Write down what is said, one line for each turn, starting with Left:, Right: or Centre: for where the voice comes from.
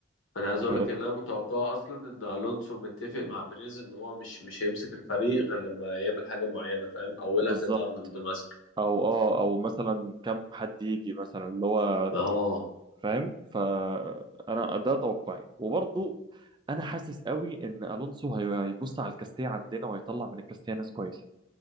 Left: انا عايز
Right: و-
Left: اقول لك ان انا متوقعه اصلا ان الونسو متفق مع بريز ان هو مش مش هيمسك الفريق غير لما يعمل حاجه معينه فاهم اولها
Right: بالظبط
Left: كان ارنولد مثلا
Right: او اه او مثلا كم حد يجي مثلا اللي هو
Left: اهو
Right: فاهم فانا ده توقعي وبرضو انا حاسس قوي ان الونسو هي- هيبص على الكاستيه عندنا وهيطلع من الكاستيه ناس كويسه